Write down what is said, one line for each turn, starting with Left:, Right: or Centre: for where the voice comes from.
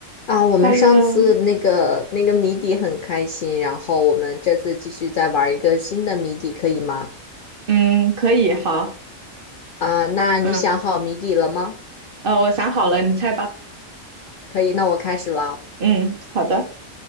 Left: 啊，我们上次那个那个谜底很开心，
Right: Hello，
Left: 然后我们这次继续再玩一个新的谜底，可以吗？
Right: 嗯，可以，好，
Left: 啊，那你想好谜底了吗？
Right: 嗯，呃，我想好了，你猜吧。
Left: 可以，那我开始了。
Right: 嗯，好的，